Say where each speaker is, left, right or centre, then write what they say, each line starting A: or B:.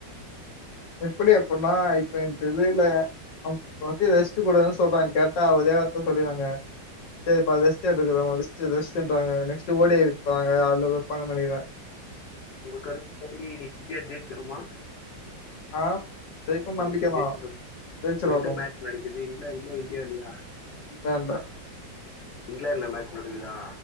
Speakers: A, on the left; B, on the left.
A: எப்டி அப்பிட்னா இப்ப எனக்கு தெர்லயே அவுங்க வந்து ரெஸ்ட் கொடுக்கன்னு சொல்றாய்ங்க கேட்டா ஒரே வார்த்த சொல்லிராங்க சேரிப்பா ரெஸ்ட் எடுக்குறோங்க ரெஸ்ட்டு ரெஸ்ட்ன்றாங்க நெக்ஸ்ட்டு ஓ டி எடுப்பாங்க அதுல வப்பாங்கன் நெனைக்கிறே
B: ஒங்க கருத்துப்படி இன்னக்கி இந்தியா ஜெயிச்சிருமா
A: ஆ ஜெயிக்கும்னு
B: இன்னிக்கி
A: நம்பிக்கை
B: ஜெயிச்சிரு
A: தான். ஜெயிச்சுருவாட்டும்.
B: எங்க மேட்ச் நடக்குது இங்கிலாந்துலயா இந்தியாலயா
A: இங்கிலாந்து ல
B: இங்கிலாந்து ல மேட்ச் நடக்குதா